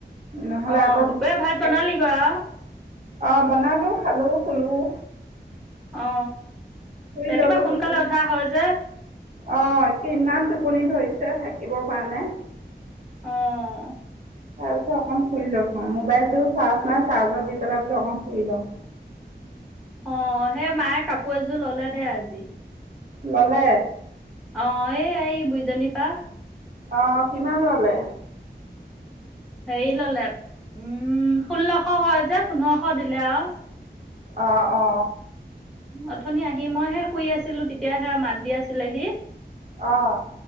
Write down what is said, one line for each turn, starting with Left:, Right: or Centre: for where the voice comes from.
Right: নহ'লে
Centre: অ
Right: আকৌ
Centre: দুপৰীয়া
Right: ঘ
Centre: ভাত বনালিগৈ আৰু
Right: অঁ বনালোঁ খালোঁ খুলো
Centre: অ
Right: শুই
Centre: ৰাতিপুৱা
Right: ললো
Centre: সোনকালে
Right: টোপনি
Centre: উঠা হয় যে
Right: অ কিমান টোপনি ধৰিছে থাকিব পৰা নে
Centre: উম
Right: তাৰপিছত অকণ ফুৰি লচোন মোবাইলটো চাৰ্জ নাই চাৰ্জত দি পেলাই পো অকণ ফুৰি লওঁ
Centre: অ সেই মায়ে কাপোৰ এযোৰ ললে দেেই আজি
Right: ভালে
Centre: অ এই এই বুইজনী পা
Right: আহ কিমান ললে
Centre: হেৰি ললে উম ষোল্লশ হয় যে পোন্ধৰশ দিলে আৰু
Right: আহ অ
Centre: অথনি আহি মইহে শুই আছিলো তেতিয়াহে মাত দি আছিলে সি
Right: অঁ